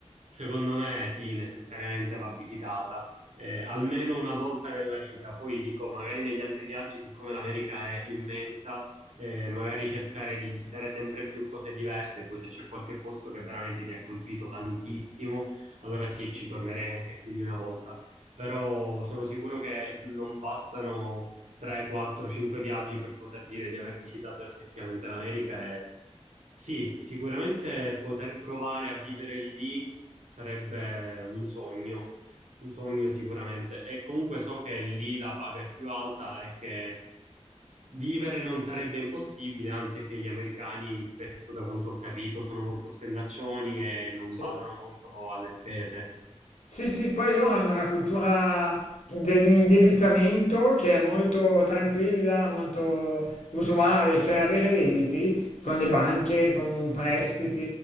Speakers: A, on the right; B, on the left.
A: secondo me sì, necessariamente va visitata. eh, almeno una volta nella vita, poi dico, magari negli altri viaggi, siccome l'America è immensa, eh, magari cercare di visitare sempre più cose diverse, poi se c'è qualche posto che veramente ti ha colpito tantissimo, allora sì, ci tornerei anche più di una volta, però sono sicuro che non bastano 3, 4, 5 viaggi per poter dire di aver visitato effettivamente l'America e sì, sicuramente poter provare a vivere lì sarebbe un sogno. Un sogno sicuramente. E comunque so che lì la paga è più alta e che vivere non sarebbe impossibile, anzi è che gli americani spesso, da quanto ho capito, sono molto spendaccioni e non
B: sì.
A: badano molto alle spese.
B: Sì, sì, poi loro hanno una cultura dell'indebitamento che è molto tranquilla, molto usuale, cioè avere debiti con le banche, con prestiti,